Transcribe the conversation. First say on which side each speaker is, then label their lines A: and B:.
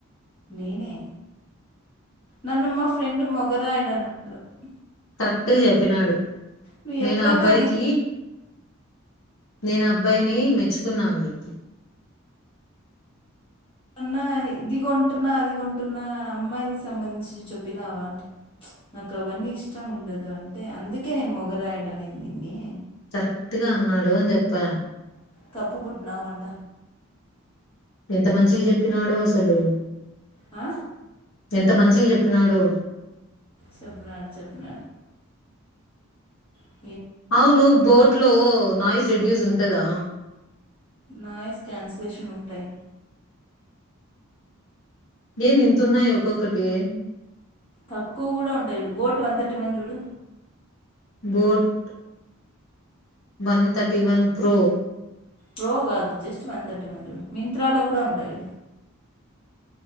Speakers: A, on the left; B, on the left.
A: నేనే నన్ను మా ఫ్రెండ్ మొగర <unintelligible>
B: కరెక్ట్గా చెప్పినాడు
A: నువ్వు
B: నేను
A: ఎప్పుడన్నా
B: అబ్బాయికి
A: లిప్
B: నేను అబ్బాయిని మెచ్చుకున్నా అని చెప్పు
A: ఏవన్నా ఇది కొంటున్నా అది కొంటున్నా అమ్మాయిలు సంబంధించి చెప్పినావా అంటే నాకు అవన్నీ ఇష్టం ఉండదు అంటే అందుకే నేను మొగరాయడు అనేది నిన్ని
B: కరెక్ట్గా అన్నాడు అని చెప్పా
A: తప్పు పుట్టినావంట
B: ఎంత మంచిగా చెప్పినాడో అసలు
A: ఆ
B: ఎంత మంచి చెప్పినాడో
A: చెప్నాడు చెప్న <unintelligible>
B: అవును బోట్ లో నాయిస్ రెడ్యూస్ ఉంటందా
A: నాయిస్ క్యాన్సిలేషన్ ఉంటాయి
B: ఏంది ఇత్తునయ్ ఒక్కొక్కటి
A: తక్కువ కూడా ఉంటాయి చూడు బోట్ వన్ థర్టీ వన్ చూడు
B: boat one thirty one pro
A: pro కాదు జస్ట్ వన్ థర్టీ వన్ మింత్రాలో కూడా ఉంటాయి